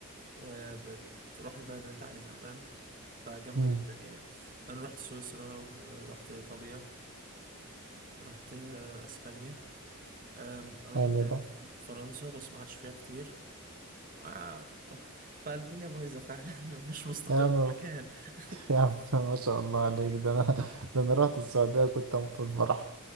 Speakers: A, on the right; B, on the right.
A: وبتروح البلد اللي انت عايزها فاهم فجامدة
B: امم
A: جدا يعني انا رحت سويسرا ورحت ايطاليا ورحت اسبانيا أم، رحت
B: حلو ده
A: فرنسا بس ما عادش فيها كتير آه. فالدنيا بايظة فعلا <laughs> مش مستقر
B: يا عم
A: في مكان <laughs>
B: يا عم ما شاء الله عليك ده انا ده انا رحت السعوديه وكنت اموت من الفرح